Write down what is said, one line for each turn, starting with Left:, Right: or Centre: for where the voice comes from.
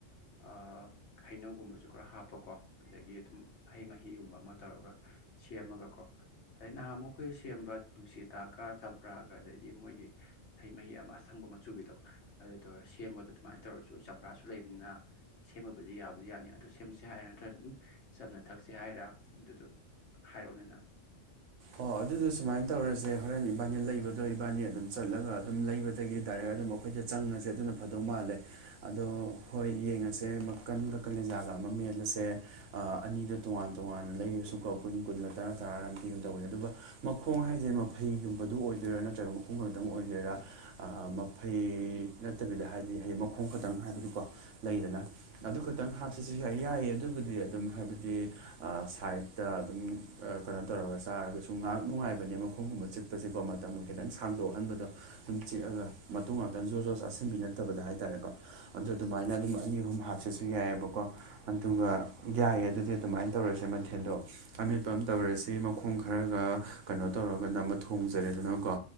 Left: ꯑ ꯍꯩꯅꯧꯒꯨꯝꯕꯁꯨ ꯈꯔ ꯍꯥꯞꯄꯀꯣ ꯑꯗꯒꯤ ꯑꯗꯨꯝ ꯍꯩ ꯃꯍꯤꯒꯨꯝꯕ ꯑꯃ ꯇꯧꯔꯒ ꯁꯦꯝꯃꯒꯀꯣ ꯑꯗꯩ ꯅꯍꯥꯃꯨꯛ ꯑꯩꯈꯣꯏ ꯁꯦꯝꯕ ꯅꯨꯡꯁꯤꯗꯥꯛꯀ ꯆꯝꯄ꯭ꯔꯥꯒ ꯑꯗꯒꯤ ꯃꯣꯏꯒꯤ ꯍꯩ ꯃꯍꯤ ꯑꯃ ꯑꯁꯪꯕ ꯃꯆꯨꯒꯤꯗꯣ ꯑꯗꯨ ꯇꯧꯔꯒ ꯁꯦꯝꯕꯗꯣ ꯑꯗꯨꯃꯥꯏꯅ ꯇꯧꯔꯁꯨ ꯆꯝꯄ꯭ꯔꯥꯁꯨ ꯂꯩꯕꯅꯤꯅ ꯁꯦꯝꯃꯕꯨꯗꯤ ꯌꯥꯕꯨꯗꯤ ꯌꯥꯅꯤ ꯑꯗꯨ ꯁꯦꯝꯁꯦ ꯍꯥꯏꯔꯥ ꯅꯠꯇ꯭ꯔꯒ ꯑꯗꯨꯝ ꯆꯝꯅ ꯊꯛꯁꯦ ꯍꯥꯏꯔꯥ ꯑꯗꯨꯗꯣ ꯍꯥꯏꯔꯛꯑꯣꯅꯦꯅꯪ
Right: ꯑꯣ ꯑꯗꯨꯗꯣ ꯁꯨꯃꯥꯏꯟ ꯇꯧꯔꯁꯦ ꯍꯣꯔꯦꯟ ꯏꯕꯥꯅꯤ ꯂꯩꯕꯗꯣ ꯏꯕꯥꯅꯤ ꯑꯗꯨꯝ ꯆꯠꯂꯒ ꯑꯗꯨꯝ ꯂꯩꯕꯗꯒꯤ ꯗꯥꯏꯔꯦꯛ ꯑꯗꯨꯝ ꯑꯩꯈꯣꯏꯗ ꯆꯪꯉꯁꯦ ꯑꯗꯨꯅ ꯐꯗꯧ ꯃꯥꯜꯂꯦ ꯑꯗꯣ ꯍꯣꯏ ꯌꯦꯡꯉꯁꯦ ꯃꯛꯀꯟꯒ ꯀꯂꯦꯖꯥꯒ ꯑꯃ ꯃꯦꯠꯂꯁꯦ ꯑ ꯑꯅꯤꯗꯣ ꯇꯣꯉꯥꯟ ꯇꯣꯉꯥꯟꯅ ꯂꯩꯔꯁꯨꯀꯣ ꯀꯨꯟ ꯀꯨꯟꯂ ꯇꯔꯥ ꯇꯔꯥꯔ ꯑꯝ ꯄꯤꯕꯅꯦ ꯇꯧꯕꯅꯤ ꯑꯗꯨꯒ ꯃꯈꯣꯡ ꯍꯥꯏꯁꯦ ꯃꯐꯩꯒꯨꯝꯕꯗꯨ ꯑꯣꯏꯗꯣꯏꯔꯥ ꯅꯠꯇ꯭ꯔꯒ ꯃꯈꯣꯡꯈꯛꯇꯪ ꯑꯣꯏꯗꯣꯏꯔꯥ ꯑ ꯃꯐꯩ ꯅꯠꯇꯕꯤꯗ ꯍꯥꯏꯕꯗꯤ ꯍꯌꯦꯡ ꯃꯈꯣꯡ ꯈꯛꯇꯪ ꯍꯥꯏꯕꯗꯤꯀꯣ ꯂꯩꯗꯅ ꯑꯗꯨ ꯈꯛꯇꯪ ꯍꯥꯞꯁꯦꯁꯨ ꯌꯥꯏ ꯌꯥꯏꯌꯦ ꯑꯗꯨꯕꯨꯗꯤ ꯑꯗꯨꯝ ꯍꯥꯏꯕꯗꯤ ꯑ ꯁꯥꯏꯠꯇ ꯑꯗꯨꯝ ꯑ ꯀꯩꯅꯣ ꯇꯧꯔꯒ ꯆꯥꯔꯒꯁꯨ ꯉꯍꯥꯛ ꯅꯨꯡꯉꯥꯏꯕꯅꯦ ꯃꯈꯣꯡꯒꯨꯝꯕ ꯆꯤꯛꯄꯁꯦꯀꯣ ꯃꯇꯝꯒ ꯈꯤꯇꯪ ꯁꯥꯡꯗꯣꯛꯍꯟꯕꯗꯣ ꯁꯨꯝ ꯆꯤꯛꯑꯒ ꯃꯇꯨꯝ ꯉꯥꯛꯇꯪ ꯖꯣꯔ ꯖꯣꯔ ꯆꯥꯁꯤꯟꯕꯤ ꯅꯠꯇꯕꯗ ꯍꯥꯏꯇꯥꯔꯦꯀꯣ ꯑꯗꯨ ꯑꯗꯨꯃꯥꯏꯅ ꯑꯗꯨꯝ ꯑꯅꯤ ꯑꯍꯨꯝ ꯍꯥꯞꯆꯦꯁꯨ ꯌꯥꯏꯑꯦꯕꯀꯣ ꯑꯗꯨꯒ ꯌꯥꯏꯑꯦ ꯑꯗꯨꯗꯤ ꯑꯗꯨꯃꯥꯏꯅ ꯇꯧꯔꯁꯦ ꯃꯊꯦꯜꯗꯣ ꯑꯃꯦꯠꯄ ꯑꯃ ꯇꯧꯔꯁꯤ ꯃꯈꯣꯡ ꯈꯔꯒ ꯀꯩꯅꯣ ꯇꯧꯔꯒ ꯅꯝꯕ ꯊꯣꯡꯖꯔꯦꯗꯅꯀꯣ